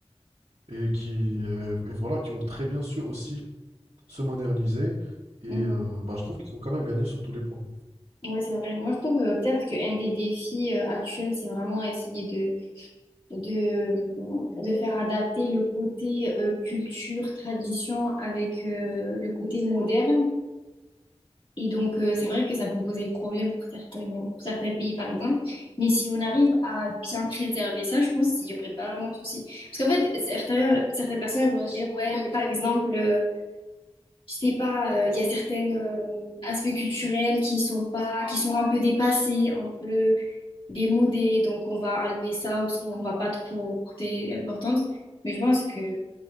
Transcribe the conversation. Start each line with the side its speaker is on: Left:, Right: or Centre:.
Right: et qui, heu et voilà, qui ont très bien su aussi se moderniser et
Left: Mhm.
Right: heu, bah, je trouve qu'ils ont quand même gagné sur tous les points.
Left: Oui, c'est vrai. Moi, je trouve euh, peut-être qu'un des défis euh, actuels, c'est vraiment essayer de, de, de faire adapter le côté euh, culture, tradition avec euh, le côté moderne. Et donc, euh, c'est vrai que ça peut poser problème pour certains pour certains pays, par exemple. Mais si on arrive à bien préserver ça, je pense qu'il n'y aurait pas vraiment de souci. Parce qu'en fait, certains, certaines personnes elles vont se dire, ouais, mais par exemple, euh, je sais pas, euh, il y a certains euh, aspects culturels qui sont pas, qui sont un peu dépassés, un peu démodés, donc on va enlever ça ou on va pas trop porter importance. Mais je pense que,